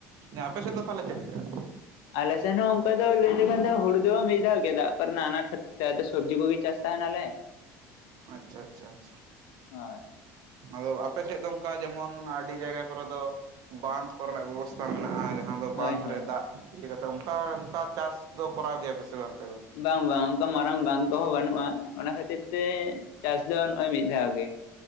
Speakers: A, on the right (about 60°); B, on the left (about 75°).
A: ᱟᱯᱮᱥᱮᱫ ᱫᱚ ᱛᱟᱦᱚᱞᱮ ᱪᱮᱫ ᱞᱮᱠᱟ
B: ᱟᱞᱮ ᱥᱮᱱ ᱦᱚᱸ ᱚᱱᱠᱟ ᱫᱚ ᱞᱟᱹᱭ ᱞᱮᱠᱷᱟᱱ ᱫᱚ ᱦᱩᱲᱩ ᱫᱚ ᱢᱤᱫ ᱫᱷᱟᱣ ᱜᱮ ᱫᱟᱜ ᱠᱚᱨᱮᱱᱟᱜ ᱟᱱᱟᱴ ᱠᱷᱟᱹᱛᱤᱨ ᱥᱚᱵᱡᱤ ᱠᱚᱜᱮ ᱪᱟᱥ ᱛᱟᱦᱮᱱᱟᱞᱮ
A: ᱟᱪᱪᱷᱟ ᱟᱪᱪᱷᱟ ᱟᱪᱪᱷᱟ
B: ᱦᱳᱭ
A: ᱟᱫᱚ ᱟᱯᱮ ᱥᱮᱫ ᱫᱚ ᱚᱱᱠᱟ ᱡᱮᱢᱚᱱ ᱟᱹᱰᱤ ᱡᱟᱭᱜᱟ ᱠᱚᱨᱮ ᱫᱚ ᱵᱟᱸᱫᱷ ᱠᱚᱨᱮᱱᱟᱜ ᱵᱮᱵᱚᱥᱛᱷᱟ ᱵᱮᱵᱚᱥᱛᱷᱟ ᱢᱮᱱᱟᱜᱼᱟ ᱡᱟᱦᱟᱸ ᱫᱚ ᱵᱟᱸᱫᱷ
B: ᱦᱳᱭ ᱦᱳᱭ
A: ᱨᱮ ᱫᱟᱜ ᱤᱭᱟᱹ ᱠᱟᱛᱮ ᱚᱱᱠᱟ ᱚᱱᱠᱟ ᱪᱟᱥ ᱫᱚ ᱠᱚᱨᱟᱣ ᱜᱮᱭᱟ ᱯᱮ ᱥᱮ ᱵᱟᱝᱟᱯᱮ ᱫᱚ
B: ᱵᱟᱝ ᱵᱟᱝ ᱚᱱᱠᱟ ᱢᱟᱨᱟᱝ ᱵᱟᱸᱫᱷ ᱠᱚᱦᱚᱸ ᱵᱟᱹᱱᱩᱜᱼᱟ ᱚᱱᱟ ᱠᱷᱟᱹᱛᱤᱨ ᱛᱮ ᱪᱟᱥ ᱫᱚ ᱱᱚᱜᱼᱚᱭ ᱢᱤᱫ ᱫᱷᱟᱣ ᱜᱮ